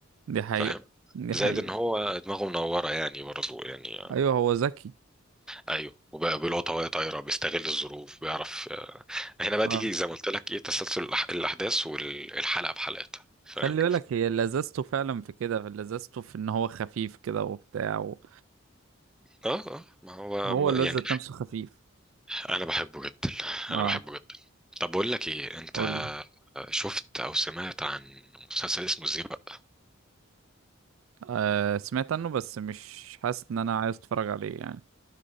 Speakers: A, on the right; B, in the centre.
A: دي حقيقة
B: فاهم
A: دي
B: زائد
A: حقيقة
B: ان هو دماغه منوره يعني برضه يعني آه،
A: ايوه هو ذكي
B: ايوه وبقى بيلقطها وهي طايره بيستغل الظروف بيعرف آه، هنا بقى
A: اه
B: تيجي زي ما قلت لك ايه تسلسل الأح- الاحداث والحلقه بحلقتها فاهم
A: خلي بالك هي لذذته فعلا في كده لذذته في ان هو خفيف كده وبتاع و...
B: اه اه ما هو
A: هو
B: م-
A: الواد
B: يعني
A: ذات نفسه خفيف
B: انا بحبه جدا انا
A: اه
B: بحبه جدا طب بقول لك ايه انت
A: قول لي
B: شفت او سمعت عن مسلسل اسمه ازاي بقى
A: آه سمعت عنه بس مش حاسس ان انا عايز اتفرج عليه يعني